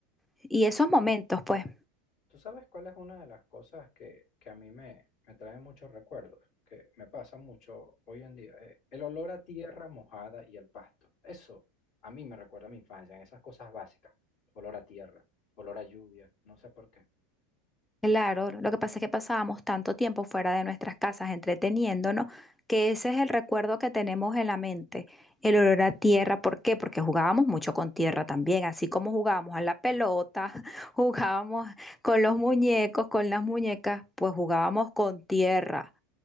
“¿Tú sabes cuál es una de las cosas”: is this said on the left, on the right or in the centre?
Left